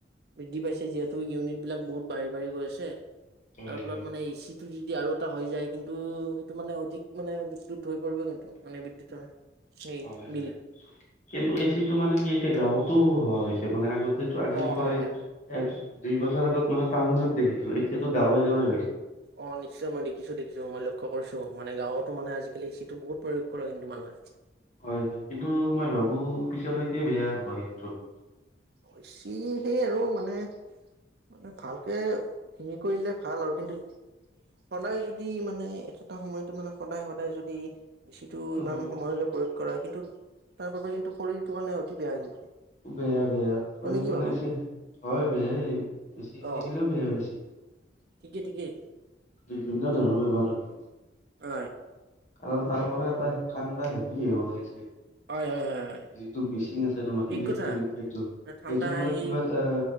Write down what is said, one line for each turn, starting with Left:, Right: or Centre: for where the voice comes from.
Right: বৃদ্ধি পাইছে যিহেতু ইউনিট বিলাক বহুত বাঢ়ি বাঢ়ি গৈ আছে।
Left: হয়
Right: তাৰ ফলত
Left: হয়।
Right: মানে ই চি, যদি আৰু এটা হৈ যায় কিন্তু সেইটো মানে অধিক মানে <unintelligible> হৈ পৰিব কিন্তু মানে বিদ্যুতৰ সেই
Left: হয়
Right: বিল
Left: হয় কিন্তু এচিটো মানে কি এয়া গাঁৱতো হোৱা হৈছে মানে আগত আজিৰ
Right: অ',
Left: প
Right: হয়, হয়, হয়।
Left: এক দুই বছৰ আগত মানে টাউনত দেখিছিলো এতিয়া গাঁৱে গাঁৱে হৈছিল।
Right: অ নিশ্চয় মই দেখিছো দেখিছো মই লক্ষ্য কৰিছো মানে গাঁৱতো মানে আজিকালি চিটো বহুত প্ৰোগ কৰে কিন্তু মানুহে,
Left: হয় কিন্তু মই ভাবো পি ক ভেয়াৰ ভগিন্ত
Right: বছি সে আৰু মানে মানে ভালকে হেৰি কৰিলে ভাল আৰু কিন্তু সদায় যদি মানে এটাটা সময়তো মানে সদায় সদায় যদি ইচিটো
Left: উম,
Right: ইমান সময় হলে, কৰা কিন্তু তাৰ বাবে কিন্তু শৰীৰটো কাৰণে অতি বেয়া কিন্তু
Left: উবে বেয়াি
Right: তুমি কি ভাবা?
Left: হয় বেয়াই বচি খাই
Right: অ',
Left: থাকিলেও বেয়া বেছি।
Right: ঠিকে ঠিকে।
Left: ধৰৰ ব পাৰ হব।
Right: হয়!
Left: কাৰণ তাৰ পৰা এটা ঠাণ্ডা হেৰি ওলাইছে,
Right: হয় হয় হয় হয়
Left: যিটো মিচিং আছে তোমাৰ
Right: ঠিক
Left: ইলেক্ট্ৰনিক
Right: কথা
Left: সেই সেইটোৰ
Right: মানে ঠাণ্ডা
Left: পৰা
Right: আহি
Left: কিবা এটা